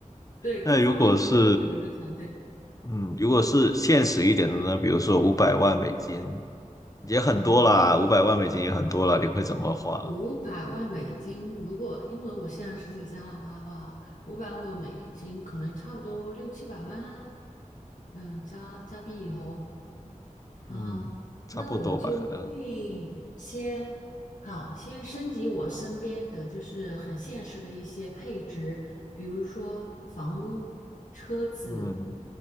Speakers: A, on the left; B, on the left.
A: 对各方面都会有一个团队
B: 那如果是嗯，如果是现实一点的呢，比如说五百万美金也很多啦，
A: 啊。
B: 五百万美金也很多了，你会怎么花？
A: 五百万美金，如果因为我现在是在加拿大的话，五百万美金可能差不多六七百万啊。嗯，加加币以后，嗯，
B: 嗯，差不多吧，
A: 那我就会先好，
B: 可能。
A: 先升级我身边的就是很现实的一些配置，比如说房屋、车子，
B: 嗯。